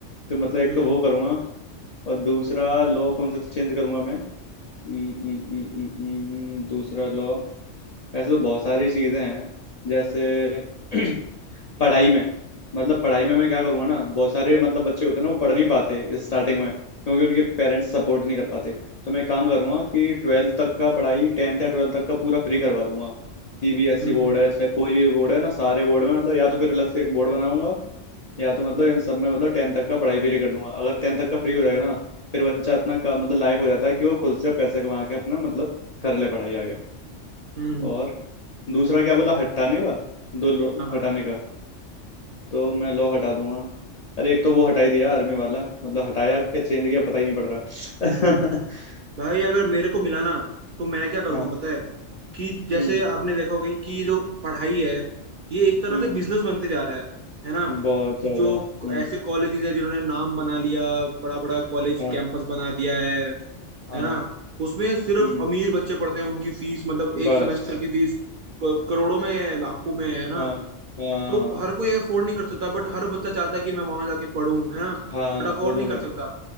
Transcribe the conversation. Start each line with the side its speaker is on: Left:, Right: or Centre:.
Left: तो मतलब एक
Right: हम्म
Left: तो वो करूंगा और दूसरा लॉ कौन सा चेंज करूंगा मैं हम्म, हम्म, हम्म, हम्म, हम्म, दूसरा लॉ ऐसे तो बहुत सारी चीज़ें हैं जैसे <clears throat> पढ़ाई में मतलब पढ़ाई में मैं क्या करूँगा ना बहुत सारे मतलब बच्चे होते हैं ना वो पढ़ नहीं पाते स्टार्टिंग में क्योंकि उनके पेरेंट्स सपोर्ट नहीं कर पाते तो मैं काम करूँगा कि ट्वेल्थ तक का पढ़ाई टेंथ या ट्वेल्थ तक का पूरा फ्री करवा दूंगा सीबीएसई
Right: हम्म
Left: बोर्ड है चाहे कोई भी बोर्ड है ना सारे बोर्ड में मतलब या तो फिर अलग से एक बोर्ड बनाऊंगा या तो मतलब इन सब में मतलब टेंथ तक का पढ़ाई फ्री कर दूंगा अगर टेंथ तक का फ्री हो जाएगा ना फिर बच्चा इतना का मतलब लायक हो जाता है कि वो खुद से पैसे कमा के अपना मतलब कर ले पढ़ाई आगे
Right: हम्म
Left: और दूसरा क्या बोला हटाने का दो लो
Right: हाँ
Left: हटाने का तो मैं लो हटा दूंगा अरे एक तो वो हटाई दिया आर्मी वाला मतलब हटाया कि चेंज किया पता ही नहीं पड़ रहा
Right: हम्म
Left: <laughs>
Right: भाई अगर मेरे को मिला ना तो मैं क्या करूंगा
Left: हाँ
Right: पता है कि जैसे
Left: हम्म
Right: आपने देखा होगा कि ये जो पढ़ाई है ये एक तरह
Left: हम्म
Right: से बिजनेस बनते जा रहा है है ना
Left: बहुत ज्यादा
Right: कि जो
Left: हम्म
Right: ऐसे कॉलेजेस है जिन्होंने नाम बना लिया बड़ा बड़ा कॉलेज
Left: हाँ
Right: कैंपस बना दिया है
Left: हाँ
Right: है ना उसमें सिर्फ
Left: हम्म
Right: अमीर बच्चे पढ़ते हैं उनकी फीस मतलब एक
Left: बस
Right: सेमेस्टर की फीस करोड़ों में है लाखों में है ना
Left: हाँ हाँ
Right: तो हर कोई अफोर्ड नहीं कर सकता बट हर बच्चा चाहता है कि मैं वहां जाके पढ़ूं है ना
Left: हाँ
Right: बट अफोर्ड
Left: वो तो
Right: नहीं कर
Left: है
Right: सकता